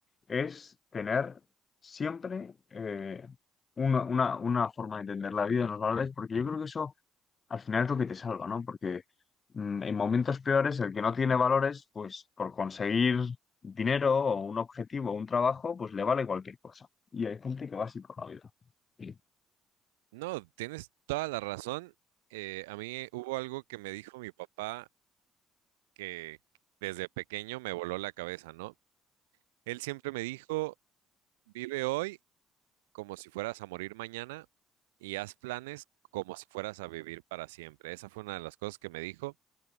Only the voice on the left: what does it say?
es tener siempre eh, una, una, una forma de entender la vida, y los valores, porque yo creo que eso al final es lo que te salva, ¿no? Porque mm, en momentos peores, el que no tiene valores, pues por conseguir dinero o un objetivo o un trabajo, pues le vale cualquier cosa. Y hay gente que va así por la vida. Sí.